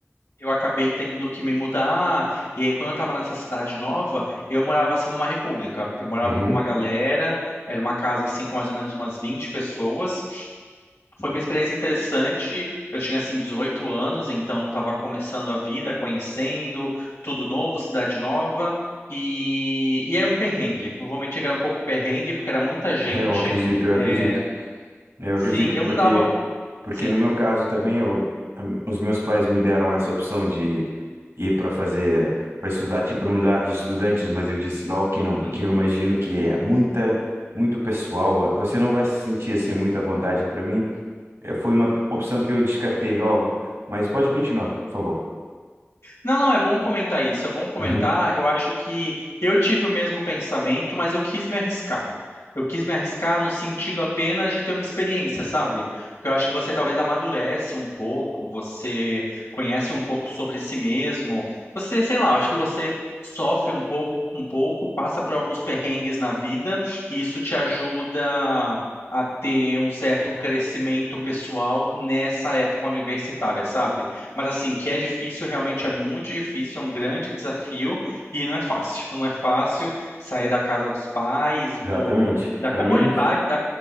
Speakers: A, on the left (about 80°); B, on the right (about 75°).
A: eu acabei tendo que me mudar. E aí, quando eu estava nessa cidade nova, eu morava assim numa república. Eu morava
B: Uhum.
A: com uma galera. Era uma casa assim com mais ou menos umas 20 pessoas. Foi uma experiência interessante. Eu tinha assim 18 anos, então estava começando a vida, conhecendo tudo novo, cidade nova. E, e era um perrengue. Não era um pouco perrengue, porque era muita gente.
B: É, eu acredito, eu
A: É,
B: acredito. Eu
A: Sim,
B: acredito,
A: eu
B: porque
A: não dava.
B: Porque
A: Sim,
B: no meu caso também, eu, a- os meus pais me deram essa opção de ir para fazer, para estudar tipo num lar de estudantes, mas eu disse logo que não, porque
A: sim.
B: eu imagino que é muita, muito pessoal. Você não vai se sentir assim muito à vontade para mim. Eh, Foi uma opção que eu descartei logo, mas pode continuar, por favor.
A: Não, não, é bom comentar isso, é bom comentar.
B: Uhum.
A: Eu acho que eu tive o mesmo pensamento, mas eu quis me arriscar. Eu quis me arriscar no sentido apenas de ter uma experiência, sabe? Porque eu acho que você talvez amadurece um pouco, você conhece um pouco sobre si mesmo. Você, sei lá, acho que você sofre um pouco, um pouco, passa por alguns perrengues na vida, e isso te ajuda a ter um certo crescimento pessoal nessa época universitária, sabe? Mas assim, que é difícil, realmente é muito difícil, é um grande desafio e não é fácil. <laughs> Não é fácil sair da casa dos pais, do
B: Exatamente.
A: da
B: Para
A: comodidade,
B: mim f-
A: da...